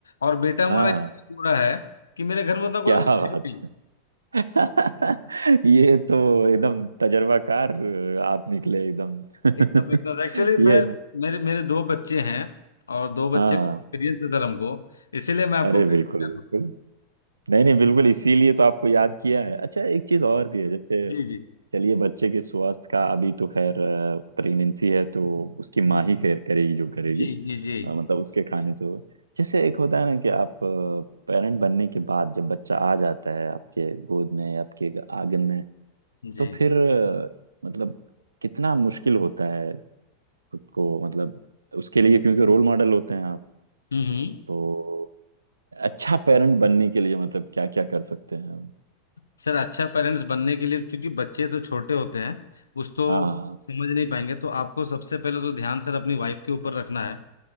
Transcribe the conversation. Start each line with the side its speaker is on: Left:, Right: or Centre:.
Left: और बेटा हमारा
Right: हाँ
Left: इतना गोरा है कि मेरे घर में उतना गोरा
Right: क्या
Left: कोई
Right: बात
Left: है ही नहीं
Right: है <laughs> ये तो एकदम तजर्बाकार अ, आप निकले एकदम
Left: <laughs>
Right: <laughs>
Left: एकदम एकदम एक्चुअली
Right: ये
Left: मैं मेरे मेरे दो बच्चे हैं और दो बच्चे
Right: हाँ
Left: का एक्सपीरियंस है सर हमको इसीलिए मैं आपको
Right: अरे
Left: गाइड
Right: बिल्कुल
Left: कर
Right: बिल्कुल
Left: रहा हूँ
Right: नहीं नहीं बिल्कुल इसीलिए तो आपको याद किया है अच्छा एक चीज और भी है जैसे
Left: <laughs> जी जी
Right: चलिए बच्चे के स्वास्थ्य का अभी तो खैर प्रेगनेंसी है तो उसकी माँ ही खैर करेगी जो करेगी
Left: जी जी जी
Right: अ, मतलब उसके खाने से होगा जैसे एक होता है ना कि आप पेरेंट बनने के बाद जब बच्चा आ जाता है आपके गोद में या आपके आंगन में
Left: जी
Right: तो फिर अ, मतलब कितना मुश्किल होता है खुद को मतलब उसके लिए क्योंकि रोल मॉडल होते हैं आप
Left: हम्म हम्म।
Right: तो अच्छा पेरेंट बनने के लिए मतलब क्या क्या कर सकते हैं हम?
Left: सर अच्छा पेरेंट्स बनने के लिए क्योंकि बच्चे तो छोटे होते हैं उस तो
Right: हाँ
Left: समझ नहीं पाएंगे तो आपको सबसे पहले तो ध्यान सर अपनी वाइफ के ऊपर रखना है